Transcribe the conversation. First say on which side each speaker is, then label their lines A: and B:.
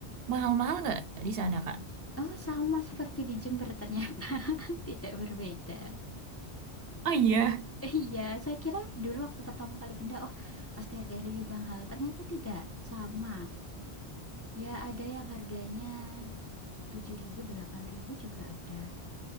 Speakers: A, on the right; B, on the left.
A: mahal-mahal nggak di sana, Kak?
B: Oh, sama seperti di Jember ternyata. <laughs> Tidak berbeda.
A: Oh iya,
B: Iya, saya kira dulu waktu pertama kali pindah, oh pasti harganya lebih mahal. Ternyata tidak, sama. Ya ada yang harganya tujuh ribu delapan ribu juga ada.